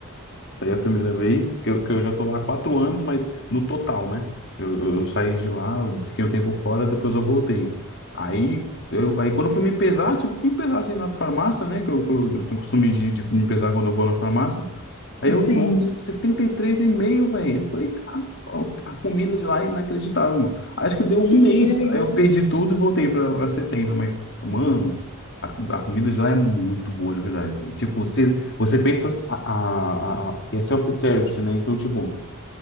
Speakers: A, on the left; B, on the left.
A: Foi a primeira vez que eu, que eu já tô lá há quatro anos, mas no total, né? Eu, eu, eu saí de lá, eu fiquei um tempo fora, depois eu voltei. Aí, eu, aí quando eu fui me pesar, tipo, fui me pesar assim na farmácia, né? Que eu, que eu tenho costume de, de me pesar quando eu vou na farmácia. Aí
B: assim,
A: eu, nossa, setenta e três e meio velho. Eu falei, cara, a comida de lá é inacreditável, mano. Acho que deu um
B: queria
A: mês. Aí eu
B: eu.
A: perdi tudo e voltei pra, pra 70. Mas, mano, a, a comida de lá é muito boa, de verdade, velho. Tipo, você, você pensa. A, a, a, a- e é self-service, né? Então, tipo,